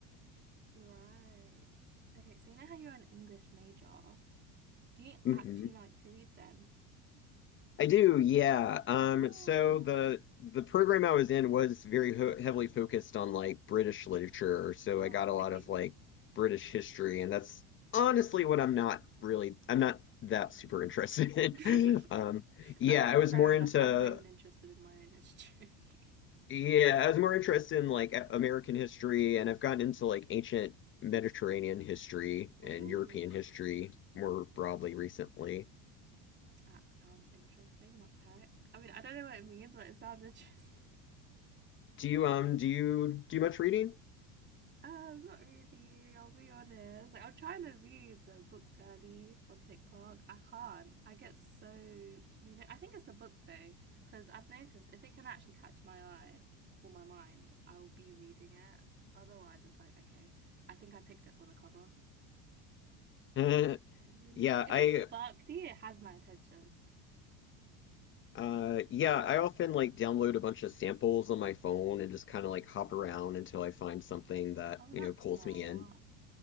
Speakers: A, on the right; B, on the left.
A: <laughs> right. Okay, so you know how you're an English major? Do you
B: <laughs>
A: actually like to read then?
B: I do, yeah. Um,
A: Wow.
B: so the the program I was in was very ho heavily focused on like British literature, so
A: Oh,
B: I got a lot
A: okay.
B: of like British history, and that's honestly what I'm not really I'm not that super interested
A: <laughs>
B: in. <laughs> Um, yeah,
A: I mean,
B: I was
A: fair
B: more
A: enough.
B: into
A: I'm not even interested in my own history. <laughs>
B: yeah, I was more interested in like A- American history, and I've gotten into like ancient Mediterranean history
A: Oh,
B: and European history more broadly recently.
A: that sounds interesting. What the heck? I mean, I don't know what it means, but it sounds interesting.
B: Do you um do you do much reading?
A: Um, not really. I'll be honest. Like, I'm trying to be the book girly on TikTok. I can't. I get so you know. I think it's the book though, because I've noticed if it can actually catch my eye or my mind, I'll be reading it. Otherwise, it's like okay. I think I picked it for the cover.
B: <laughs>
A: You
B: Yeah,
A: know, if
B: I
A: it's sparkly, it has my attention.
B: Uh, yeah, I often like download a bunch of samples on my phone and just kind of like hop around until I find something that,
A: Oh,
B: you
A: that's
B: know, pulls
A: smart.
B: me in.